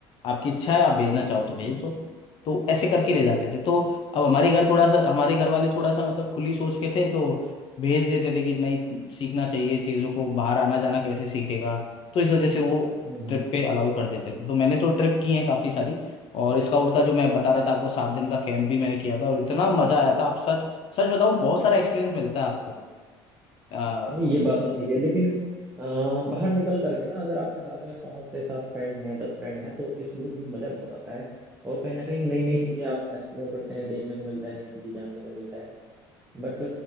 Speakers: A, on the left (about 50°); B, on the right (about 15°).
A: आपकी इच्छा है आप भेजना
B: हम्म,
A: चाहो
B: हम्म।
A: तो भेज दो तो ऐसे करके ले जाते थे तो अब हमारे घर थोड़ा सा हमारे घर वाले थोड़ा सा मतलब खुली सोच के थे तो भेज देते थे कि नहीं सीखना चाहिए चीज़ों को बाहर आना जाना कैसे सीखेगा तो इस वजह से वो
B: हम्म,
A: ट्रिप
B: हम्म।
A: पे अलाउ कर देते थे तो मैंने तो ट्रिप की है काफ़ी सारी और स्काउट का जो मैं बता रहा था आपको सात दिन का कैंप भी मैंने किया था और इतना मज़ा आया था आप सच सच बताऊं बहुत सारा एक्सपीरियंस मिलता है आपको
B: नहीं ये बात तो सही है लेकिन आ, बाहर निकल करके ना अगर आपके साथ में पांच से सात फ्रेंड हैं दस फ्रेंड हैं तो इस ग्रुप में मजा बहुत आता है और कहीं ना कहीं नई नई चीजें आप एक्सप्लोर करते हैं देखने को मिलता है नई चीजें जानने को मिलता है बट